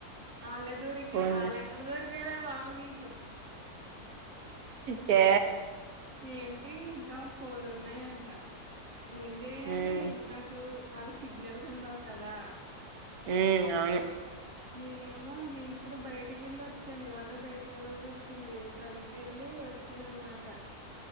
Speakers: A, on the right; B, on the right.
A: ఆళ్ళే దొరికే
B: పోన్లే
A: వాళ్ళెక్కడ దొరి కేరే బాబు నీ
B: ఏ
A: ఏంటి ఇంకా ఫోర్ ఉన్నాయంట ఏం చెయ్యాలి
B: ఉమ్
A: నాకు మల్స్ సిగ్నల్స్ ఉండవు కదా
B: ఉమ్ అవును
A: నేనేమో నేను కూడా బయటికెళ్ళొచ్చాను ఇవాళ బయటకెళ్లాల్సొచ్చింది తణుకెళ్ళి వచ్చాననమాట